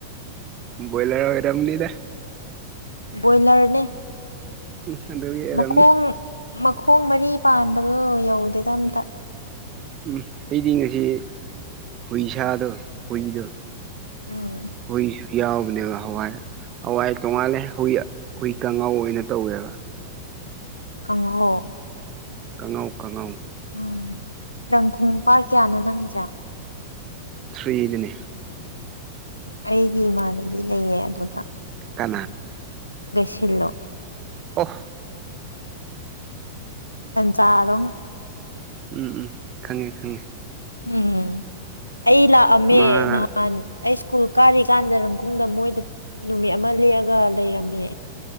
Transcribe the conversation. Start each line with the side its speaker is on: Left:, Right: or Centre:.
Right: ꯣꯣꯏꯂꯔ ꯑꯣꯏꯔꯝꯅꯤꯗ
Left: ꯕꯣꯏꯂꯔꯅꯦ
Right: ꯎꯝ ꯑꯗꯨꯒꯤ ꯑꯣꯏꯔꯝꯅꯤ
Left: ꯃꯈꯣꯡ ꯃꯈꯣꯡ ꯃꯔꯤ ꯄꯥꯟꯕ ꯑꯗꯣ ꯌꯧꯗꯦꯗ ꯑꯝꯇ
Right: ꯎꯝ ꯑꯩꯗꯤ ꯉꯁꯤ ꯍꯨꯏ ꯁꯥꯗꯣ ꯍꯨꯏꯗꯣ
Left: ꯎꯝ
Right: ꯍꯣꯏ ꯆꯦ ꯌꯥꯎꯕꯅꯦꯕ ꯍꯋꯥꯏ ꯍꯋꯥꯏ ꯇꯣꯡꯉꯥꯜꯂꯦ ꯍꯨꯏ ꯍꯨꯏ ꯀꯥꯡꯉꯥꯎ ꯑꯣꯏꯅ ꯇꯧꯋꯦꯕ
Left: ꯀꯥꯡꯪꯍꯣ
Right: ꯀꯅꯥꯎ ꯀꯅꯥꯧ
Left: ꯎꯝ ꯔꯪꯈꯣꯡ ꯄꯥꯔ ꯀꯌꯥꯅꯣ ꯅꯪꯁꯦ
Right: ꯁꯨꯏꯗꯅꯦ
Left: ꯑꯩꯒꯤ ꯏꯃꯥꯟꯅꯕꯤ ꯂꯩꯌꯦ ꯑꯗꯨꯗ
Right: ꯀ
Left: ꯁꯤꯜꯂꯣ
Right: ꯑꯍ
Left: ꯆꯖꯥꯔꯣꯡ
Right: ꯎꯝ ꯎꯝ ꯈꯪꯉꯦ ꯈꯪꯉꯦ
Left: ꯎꯝ ꯑꯩ ꯂꯥꯛꯑꯝꯃꯦ
Right: ꯃꯥꯅ
Left: ꯅꯍꯥꯟ ꯑꯩ ꯁꯀꯨꯜ ꯀꯥꯔꯤ ꯆꯥꯟꯗꯔꯪꯈꯨꯝꯗ ꯃꯣꯏꯗ ꯅꯨꯃꯤꯠ ꯑꯃ ꯂꯦꯛꯑꯒ ꯂꯩꯔꯝꯃꯦ